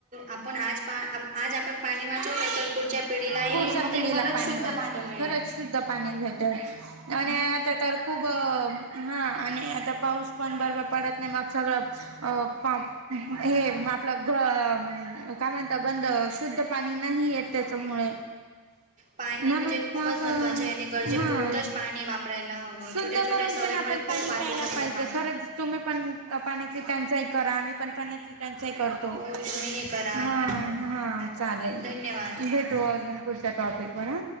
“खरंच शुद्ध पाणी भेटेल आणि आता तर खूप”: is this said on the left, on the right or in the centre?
Right